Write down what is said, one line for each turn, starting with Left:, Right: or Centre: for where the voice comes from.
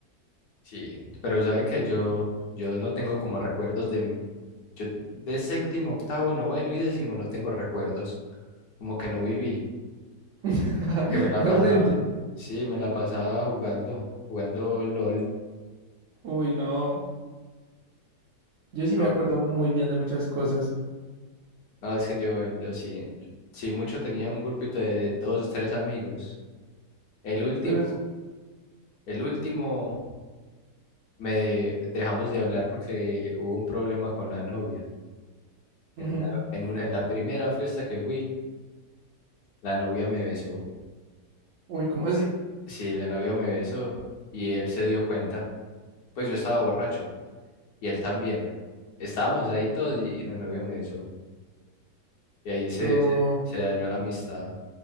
Left: Sí, pero sabe que yo, yo no tengo como recuerdos de, m- yo de séptimo, octavo, noveno y décimo no tengo recuerdos, como que no viví,
Right: <laughs>
Left: porque me la
Right: Era
Left: pasaba,
Right: un ente.
Left: sí, me la pasaba jugando, jugando LOL.
Right: Uy, no. Yo sí
Left: Yo-
Right: me acuerdo muy bien de muchas cosas,
Left: No, es que yo, yo sí, sí mucho tenía un grupito de dos, tres amigos. El último,
Right: pero es...
Left: el último me de- dejamos de hablar porque hubo un problema con la novia.
Right: ujú.
Left: En una- en un- en la primera fiesta que fui, La novia me besó.
Right: Uy, ¿cómo así?
Left: Sí, la novia me besó y él se dio cuenta. Pues yo estaba borracho y él también. Estábamos ahí todos y la novia me besó. Y ahí se,
Right: Pero
Left: se, se dañó la amistad.